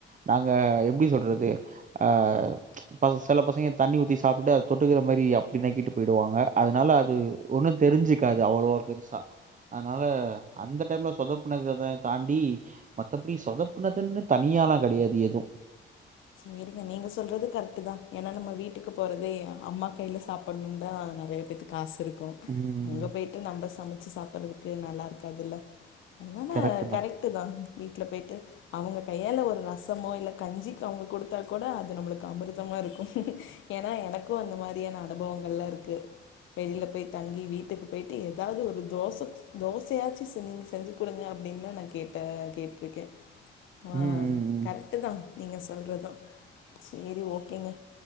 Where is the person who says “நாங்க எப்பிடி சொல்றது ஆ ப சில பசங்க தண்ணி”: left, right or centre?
Right